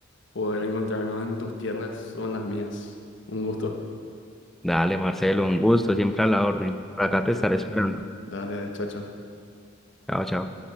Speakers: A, on the left (about 60°); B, in the centre.
A: poder encontrarnos en tus tierras o en las mías. Un gusto.
B: Dale, Marcelo, un gusto, siempre
A: Dale,
B: a la orden. Por
A: dale,
B: acá te estaré esperando.
A: dale, chao, chao.
B: Chao, chao.